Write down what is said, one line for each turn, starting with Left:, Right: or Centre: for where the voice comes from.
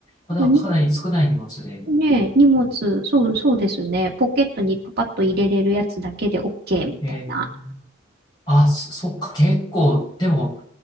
Left: まだかなり少ない荷物で。
Right: なんかにねえ、荷物、そう、そうですね。ポケットにパパッと入れれるやつだけで OK みたいな。
Left: ええ。あ、そ、そっか、結構、でも、